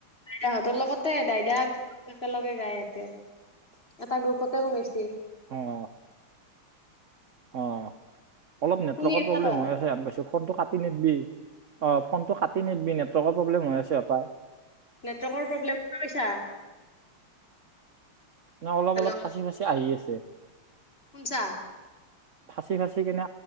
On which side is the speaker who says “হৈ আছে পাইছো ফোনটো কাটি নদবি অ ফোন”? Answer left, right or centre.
Right